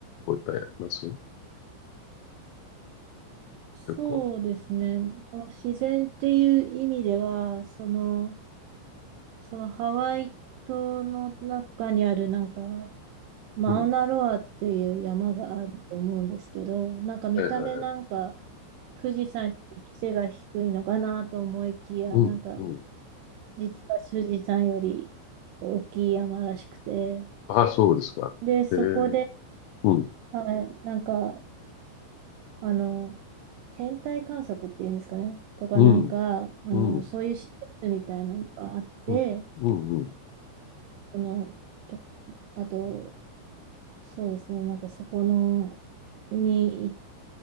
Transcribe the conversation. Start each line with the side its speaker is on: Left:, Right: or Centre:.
Left: 覚えてます旅行。
Right: そうですね。その自然っていう意味では、その、そのハワイ島の中にあるなんか、マウナロアっていう山があると思うんですけど、
Left: うん。は
Right: なんか見た目なんか、
Left: いはいはい。
Right: 富士山より背が低いのかなと思いきや、
Left: うん、
Right: なんか、
Left: うん。
Right: 実は富士山より大きい山らしくて、
Left: ああ、そうですか。
Right: で、そこで、
Left: ええうん、
Right: はい、なんか、あの、天体観測っていうんですかね。とか、
Left: うん、
Right: なんか、あの、
Left: うん、
Right: そういう施設みたいなのがあって、
Left: うん、うん、うん、
Right: その、と、あと、そうですね、なんかそこの、にい